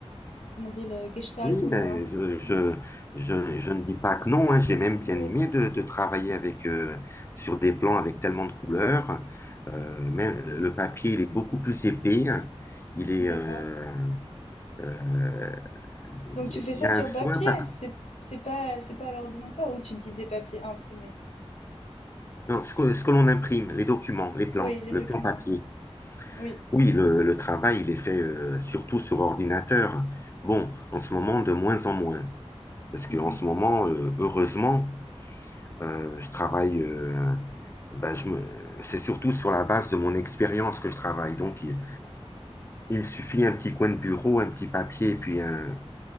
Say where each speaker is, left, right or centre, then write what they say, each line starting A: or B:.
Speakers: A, on the left; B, on the left.
A: comment on dit le Gestaltung,
B: Oui, ben,
A: hein?
B: je, je,
A: Ouais.
B: je, je ne dis pas que non, hein. J'ai même bien
A: Euh,
B: aimé de, de travailler avec, euh, sur des plans avec tellement de couleurs. Euh, même le papier, il est beaucoup plus épais. Il est,
A: d'accord.
B: euh, euh, il
A: Donc tu fais ça
B: y a
A: sur
B: un soin
A: papier,
B: par...
A: c'est c'est pas c'est pas à l'ordinateur ou tu dis des papiers imprimés.
B: Non, ce que, ce que l'on imprime, les documents, les plans,
A: Oui, les
B: le
A: documents.
B: plan papier.
A: Oui.
B: Oui, le, le travail, il est fait euh, surtout sur ordinateur. Bon, en ce moment, de moins en moins. Parce qu'en
A: Mhm,
B: ce moment, euh, heureusement, euh, je travaille. euh, bah, je me... c'est surtout sur la base de mon expérience que je travaille. Donc, il, il me suffit un petit coin de bureau, un petit papier, et puis un,